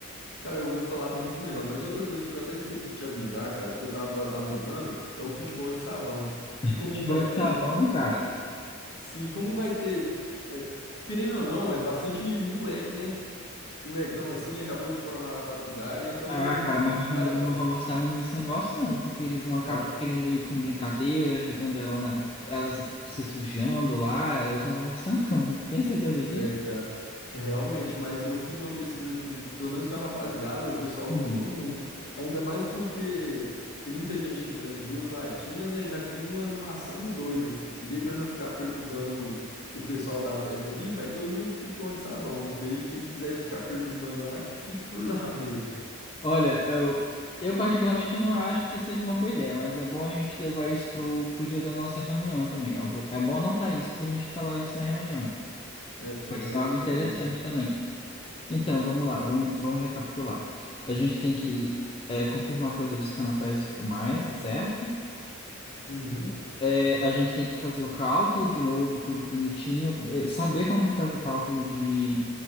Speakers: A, on the left (about 50°); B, on the left (about 25°).
A: cara, eu vou falar bem com ela. Mas outra coisa que eu até esqueci de te avisar, cara, que eu tava alugando, é o futebol de sabão. Que
B: <laughs>
A: como
B: Futebol
A: vai ter,
B: de sabão, cara.
A: sim, como vai ter, é, querendo ou não, é bastante moleque, né? Molecão assim, acabou de formar na faculdade, então,
B: Ah, cara, mas as meninas
A: cara.
B: não vão gostar muito desse negócio, não, porque eles vão acabar
A: Cara,
B: querendo ir com brincadeira, jogando ela na, elas se sujando lá, elas não vão gostar, <laughs> não. Tem certeza disso?
A: É, cara, É, realmente, mas eu fiz uma pesquisa com, pelo menos com a rapaziada, o pessoal
B: Hum.
A: gostou muito. Ainda mais porque tem muita gente que bebe duas latinhas, né? Já cria uma animação doida. E daí, pra não ficar perturbando o, o pessoal da festa ali, vai todo mundo pro futebol de sabão. Daí, quem quiser ficar perturbando lá, que fique por lá <laughs> mesmo.
B: Olha, eu, eu particularmente não acho que seja uma boa ideia, mas é bom a gente levar isso pro, pro dia da nossa reunião também. Eu vou, é bom anotar isso pra gente falar isso na reunião.
A: É, é,
B: Pode
A: real-
B: ser algo interessante
A: realmente.
B: também. Então, vamos lá, vamos, vamos recapitular. A gente tem que é, confirmar a coisa dos canapés e tudo mais, tá certo?
A: Uhum,
B: É, a gente tem que fazer o cálculo de novo, tudo bonitinho. É, saber como que faz o cálculo de,